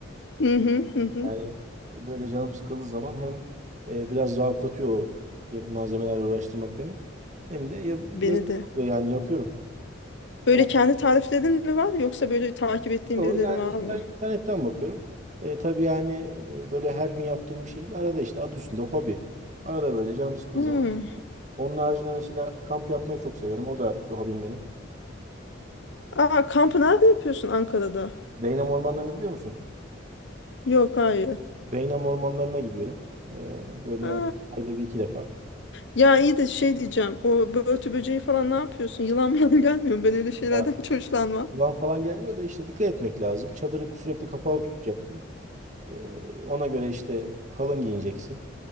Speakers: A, on the left (about 60°); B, on the right (about 40°).
A: Hı hı hı hı.
B: Yani böyle canım sıkıldığı zaman hem e, biraz rahatlatıyor o yem- malzemelerle uğraştırmak beni. Hem de ya- lezzetli
A: Beni de.
B: oluyor yani yapıyorum.
A: Böyle
B: Ya
A: kendi tariflerin mi var yoksa böyle takip ettiğin
B: O
A: birileri
B: yani
A: var
B: inter-
A: mı?
B: internetten bakıyorum. E, tabii yani e, böyle her gün yaptığım bir şey değil. Arada işte adı üstünde hobi. Arada böyle canım sıkıldığı
A: Hmm.
B: zaman. Onun haricinde mesela kamp yapmayı çok severim. O da bir hobim benim.
A: Aa kampı nerede yapıyorsun Ankara'da?
B: Beynam ormanlarını biliyor musun?
A: Yok hayır.
B: Beynam ormanlarına gidiyorum. E, böyle
A: Ha.
B: hani ayda bir iki defa.
A: Ya iyi de şey diyeceğim. O börtü böceği falan ne yapıyorsun? Yılan mı <laughs> gelmiyor mu? Ben öyle şeylerden
B: Ya,
A: hiç hoşlanmam.
B: Yılan falan gelmiyor da işte dikkat etmek lazım. Çadırı sürekli kapalı tutacaksın. E, ona göre işte kalın giyineceksin.